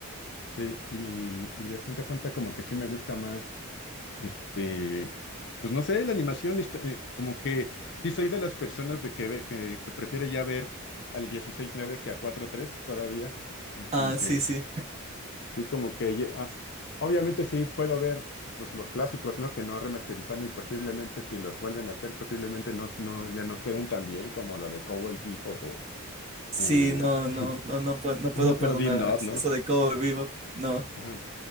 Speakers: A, on the left; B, on the right.
A: sí, y, y de Junta a Junta como que sí me gusta más, este, pues no sé, la animación, está, eh, como que sí soy de las personas de que, ve- que, que prefiere ya ver al dieciséis nueve que a cuatro tres todavía, o sea, como
B: Ah,
A: que
B: sí, sí.
A: Sí, como que ye- as- obviamente sí puedo ver pues los clásicos, ¿no? Que no remasterizan y posiblemente si los vuelven a hacer, posiblemente no, no, ya no queden tan bien como lo de Cowboy Bebop o,
B: Sí,
A: o,
B: no,
A: <laughs>
B: no, no, no puedo, no
A: o-
B: puedo perdonar
A: o Death Note,
B: a
A: ¿no?
B: eso de Cowboy Bebop. No,
A: Ajá.